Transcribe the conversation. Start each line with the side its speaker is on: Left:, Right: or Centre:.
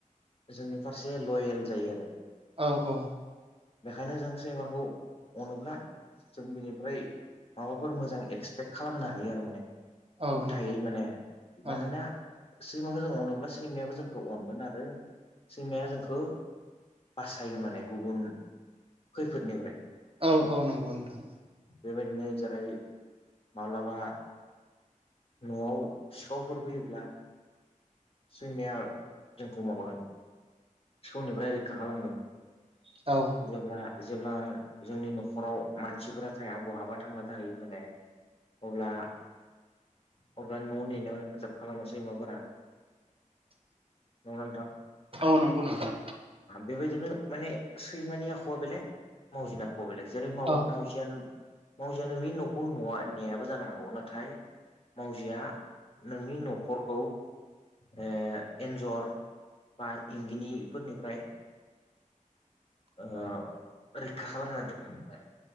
Left: जोंनि फारसे लयेल जायो आरो।
Right: औ औ।
Left: बेखायनो जों सैमाखौ अनोब्ला जों बिनिफ्राय माबाफोर मोजां एक्सपेक्ट खालामना हायो आरो माने
Right: औ
Left: उथायै
Right: नंगौ
Left: माने
Right: औ
Left: मानोना सैमाखौ जों अनोब्ला सैमायाबो जोंखौ अनगोन आरो सैमाया जोंखौ बासायगोन माने गुबुन खैफोदनिफ्राय
Right: औ औ नंगौ नोंथां।
Left: बेबायदिनो जेरै माब्लाबा न'आव सिखावफोर फैयोब्ला सैमाया जोंखौ माबागोन सिखौनिफ्राय रैखा खालामगोन।
Right: औ
Left: जेब्ला जेब्ला जोंनि न'खराव मानसिफोरा थाया बहाबा थांना थाहै माने अब्ला अब्ला न' नेनायाव हेफाजाब खालामनोसैमाफोरा नोंङा नोंथा?
Right: औ नंगौ नोंथां
Left: बेबायदिनो माने सैमानि आखुआ बेलेग मावजिना आखु आ बेलेग जेरै माव
Right: औ
Left: मावजिया मावजिया नोंनि न'खौ नवा नेनायाबो जानो हागौ नाथाय मावजिया नोंनि न'खरखौ ओ एन्जर बा इंगिनिफोरनिफ्राय ओ रैखा खालामना दोनो माने